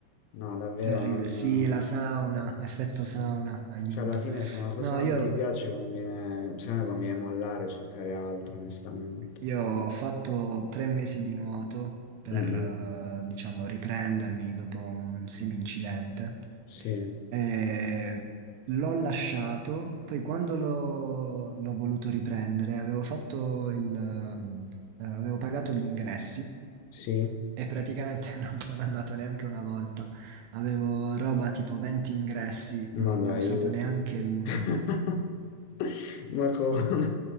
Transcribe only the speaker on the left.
no, davvero
non...
Sì.
Cioè, alla fine se una cosa
non ti piace, conviene, se no conviene mollare e cercare altro, onestamente.
Mm,
Sì,
sì,
ma
dai,
aiuto.
<laughs> Ma come?